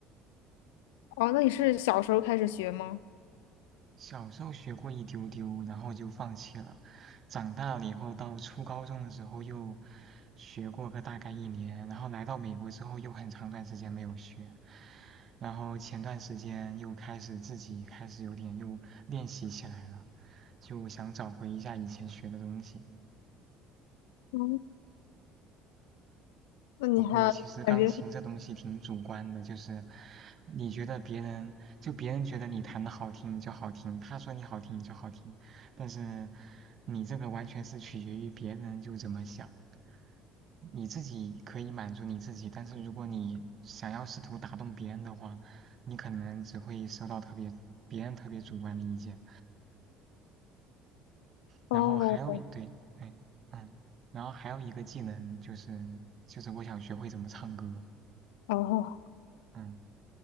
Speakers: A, on the left; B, on the right.
A: 哦，那你是小时候开始学吗？
B: 小时候学过一丢丢，然后就放弃了。长大了以后，到初高中的时候又学过个大概一年，然后来到美国之后又很长段时间没有学。然后前段时间又开始自己开始有点又练习起来了，就想找回一下以前学的东西。
A: 哦，那你还感觉
B: 不过其实钢琴这东西挺主观的，就是你觉得别人就别人觉得你弹的好听就好听，他说你好听就好听，但是你这个完全是取决于别人就怎么想。你自己可以满足你自己，但是如果你想要试图打动别人的话，你可能只会收到特别别人特别主观的意见。
A: 哦。
B: 然后还有一对，哎，嗯，然后还有一个技能就是就是我想学会怎么唱歌，
A: 哦，
B: 嗯。